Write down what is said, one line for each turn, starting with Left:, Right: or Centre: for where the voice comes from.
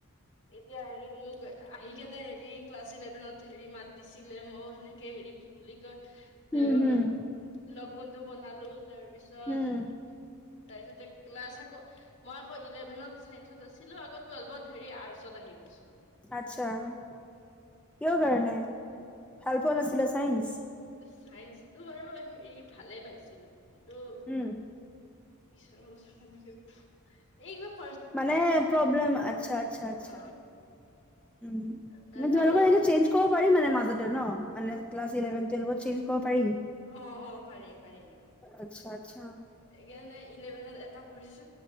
Left: এতিয়া হেৰি মোক আহি কেনে হেৰি ক্লাছ ইলেভেনত হেৰি মাত দিছিলে মইয়ো সেনেকে হেৰি কি বুলি কয়
Centre: উম
Left: এ
Centre: হম
Left: লগ বন্ধু বনালো তাৰ পিছত
Centre: উম
Left: তাৰপিছতে ক্লাছ আকৌ মই আকৌ ইলেভেনত চাইন্সত আছিলো আকৌ টুৱেল্ভত হেৰি আৰ্চত আহি গৈছো।
Centre: আত্ছা, কিয় কাৰণে ভাল পোৱা আছিলে চাইন্স?
Left: চাইন্সটো বাৰু হেৰি ভালে পাইছিলো কিন্ত
Centre: উম
Left: ঈশ্বৰৰ কথা কেনেকে এইবাৰ
Centre: মানে প্ৰব্লেম, আচ্ছা আচ্ছা আচ্ছা।
Left: অ
Centre: উ
Left: তাৰপিছত
Centre: মান তোমালোকৰ
Left: আৰু
Centre: এনে চেঞ্জ কৰিব পাৰি মানে মাজতে ন? মানে ক্লাছ ইলেভেন টুৱেলভত চেঞ্জ কৰিব পাৰি।
Left: অ অ' পাৰি পাৰি মানে,
Centre: আচ্ছা আচ্ছা
Left: সেইকাৰণে ইলেভেনত এটা পঢ়িছো